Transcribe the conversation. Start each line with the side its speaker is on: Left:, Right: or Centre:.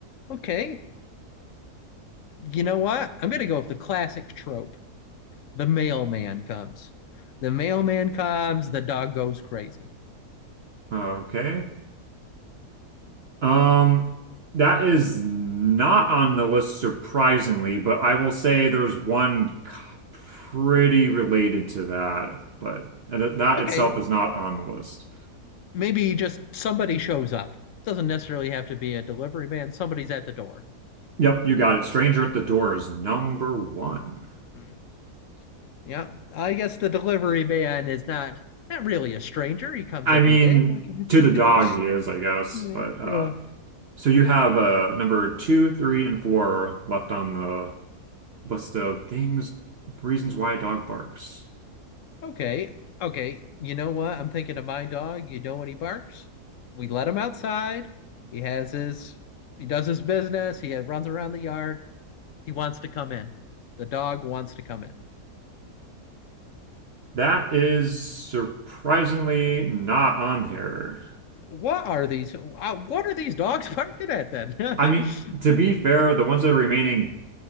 Left: Okay. You know what? I'm going to go with the classic trope. The mailman comes. The mailman comes, the dog goes crazy.
Right: Okay. Um that is not on the list surprisingly, but I will say there's one c- pretty related to that, but that that
Left: Okay,
Right: itself is not on the list.
Left: maybe just somebody shows up. Doesn't necessarily have to be a delivery man. Somebody's at the door.
Right: Yep, you got it. Stranger at the Door is number one.
Left: Hmm. Yeah, I guess the delivery man is not not really a stranger. He comes
Right: I
Left: every
Right: mean,
Left: day. Okay.
Right: to the dog he is, I guess.
Left: <laughs> yeah.
Right: But uh,
Left: yeah.
Right: so you have uh, number two, three, and four left on the list of things, reasons why a dog barks.
Left: Okay. Okay. You know what? I'm thinking of my dog. You know when he barks? We let him outside. He has his he does his business. He runs around the yard. He wants to come in. The dog wants to come in.
Right: That is surprisingly not on here.
Left: What are these? uh, What are these dogs <laughs> barking at then? <laughs>
Right: I mean, to be fair, the ones that are remaining